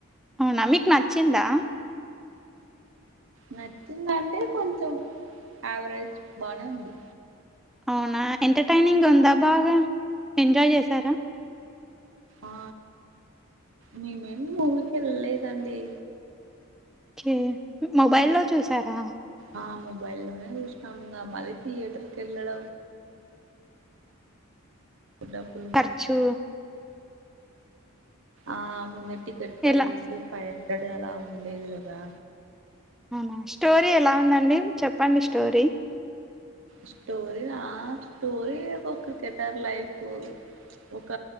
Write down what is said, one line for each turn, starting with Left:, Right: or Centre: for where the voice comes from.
Centre: అవునా మీకు నచ్చిందా?
Right: నచ్చిందా అంటే, కొంచం యావరేజ్ బానే ఉంది.
Centre: అవునా ఎంటర్టైనింగా ఉందా బాగా, ఎంజాయ్ చేసార?
Right: ఆ, మేమేమి మూవీకి వెళ్ళలేదండి
Centre: ఓకే మొబైల్ లో చూసారా
Right: ఆ మొబైల్లోనే చూసినాము ఇంగా మళ్ళీ థియేటర్ కి వెళ్ళడం డబ్బులు
Centre: ఖర్చు
Right: ఆ ముందే టికెట్ ప్రైసెస్
Centre: ఎలా
Right: హండ్రెడ్ అలా ఉండేవి కదా
Centre: అవునా స్టోరీ ఎలా ఉందండి చెప్పండి స్టోరీ
Right: స్టోరి ఆ స్టోరీ ఒక క్రికెటర్ లైఫ్ ఒక